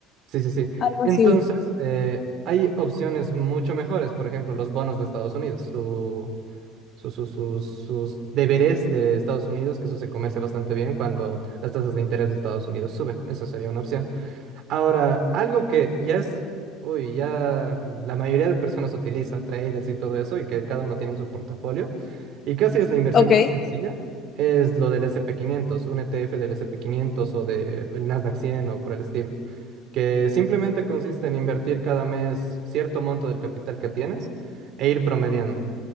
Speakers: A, on the right (about 60°); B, on the left (about 45°).
A: Sí, sí, sí.
B: Algo
A: Entonces,
B: así vi.
A: eh, hay opciones mucho mejores, por ejemplo, los bonos de Estados Unidos, su, su- su- sus sus deberes de Estados Unidos, que eso se comercia bastante bien cuando las tasas de interés de Estados Unidos suben. Esa sería una opción. Ahora, algo que ya es, uy, ya la mayoría de personas utiliza, traders y todo eso, y que cada uno tiene en su portafolio, y casi es la inversión
B: Ok,
A: más sencilla. Es lo del S and p quinientos un ETF del S and p quinientos o del Nasdaq cien o por el estilo que simplemente consiste en invertir cada mes cierto monto del capital que tienes e ir promediando,